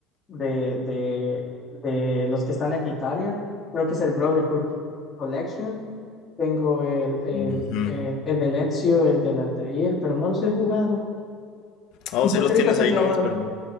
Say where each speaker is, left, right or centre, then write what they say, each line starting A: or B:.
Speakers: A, on the left (about 20°); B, on the left (about 50°).
A: de, de, de los que están en Italia, creo que es el Brotherhood Collection. Tengo el, el,
B: Ujú.
A: el, el de Ezio, el del Altair, pero no los he jugado.
B: Oh, sí
A: Porque
B: los
A: ahorita
B: tienes
A: estoy
B: ahí
A: clavado.
B: nomás, pero no.